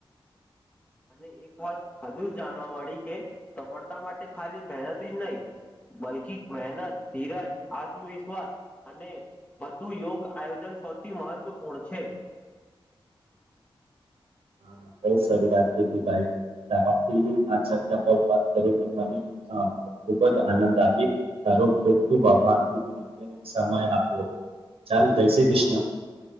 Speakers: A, on the left; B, on the right.
A: <inaudible> અને એક વાત હજુ જાણવા મળી કે સફળતા માટે ખાલી મહેનતી જ નહીં બલ્કી મહેનત, ધીરજ, આત્મવિશ્વાસ અને બધું યોગ આયોજન સૌથી મહત્વપૂર્ણ છે.
B: હા બહુ સારી વાત કઈરી ભાઈ. તેમાંથી આ ચર્ચા પર વાત કરીને મને અહ ખુબ જ આનંદ આવી. અહ <unintelligible> ખૂબ-ખૂબ આભાર. <inaudible> સમય આપ્યો. ચાલ જય શ્રી ક્રિષ્ન.